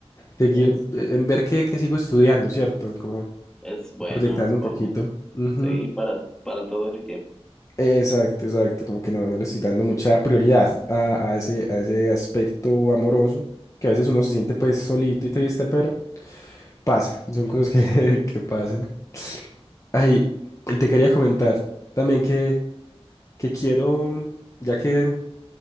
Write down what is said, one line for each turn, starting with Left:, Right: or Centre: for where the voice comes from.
Left: seguir,
Centre: Es,
Left: eh, en ver que, que sigo estudiando, ¿cierto? En Como
Centre: es bueno,
Left: ir proyectando
Centre: es bueno.
Left: un poquito. Ujú.
Centre: Sí, para, para todo el tiempo.
Left: Exacto, exacto, como que no, no le estoy dando mucha prioridad a, a ese, a ese aspecto amoroso, que a veces uno se siente pues solito y triste, pero pasa, son cosas que, <laughs> que pasan. Ay, y te quería comentar también que, que quiero, ya que